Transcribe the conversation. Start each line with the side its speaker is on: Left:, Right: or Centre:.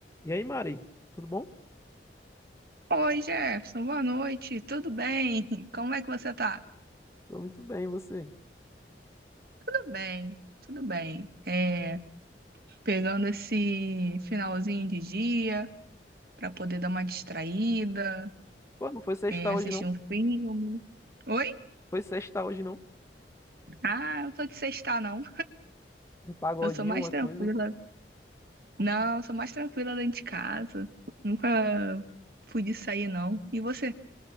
Left: E aí, Mari? Tudo bom?
Right: Oi, Jefferson, boa noite, tudo bem? <laughs> Como é que você tá?
Left: Tô muito bem, e você?
Right: Tudo bem, tudo bem. É, pegando esse finalzinho de dia para poder dar uma distraída,
Left: Pô, não foi sexta
Right: é,
Left: hoje,
Right: assistir
Left: não?
Right: um filme. Oi?
Left: Foi sexta hoje, não?
Right: Ah, eu não sou de sexta, não.
Left: Um pagodinho,
Right: Eu sou mais
Left: uma
Right: tranquila.
Left: coisa.
Right: Não, eu sou mais tranquila dentro de casa. Nunca fui de sair, não. E você?